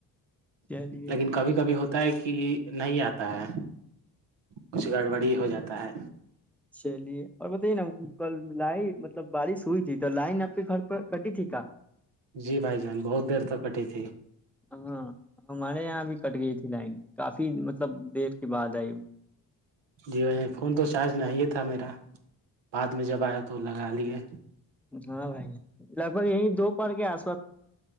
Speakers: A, in the centre; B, on the right.
A: جان چلیے
B: لیکن کبھی کبھی ہوتا تا ہے کہ نہیں آتا ہے کچھ گڑبڑ ہی ہو جاتا ہے
A: چلیے اور بتے نا کل لائن مطلب بارش ہوئی تھی تو لائن آپ کے گھر پر کٹی تھی کیا
B: جی بھائی جان بہت دیر تک کٹی تھی
A: ہاں ہمارے یہاں ا بھی کٹ گئی تھی لائن کافی مطلب دیر کے بعد آئی
B: جی وہ فون تو چارج نہیں تھا میرا بعد میں جب آیا تو لگا لیے
A: ہاں بھائی لگ بھگ یہیں دو پر کے آ <inaudible>